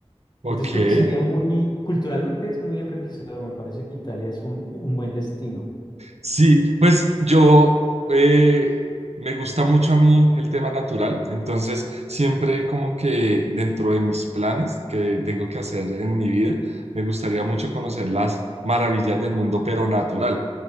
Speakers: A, on the right; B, on the left.
A: ok.
B: Entonces creo que sería muy, culturalmente es muy enriquecedor, me parece que Italia es un, un buen destino.
A: Sí, pues yo eh, me gusta mucho a mí el tema natural, entonces siempre como que dentro de mis planes que tengo que hacer en mi vida, me gustaría mucho conocer las maravillas del mundo, pero natural,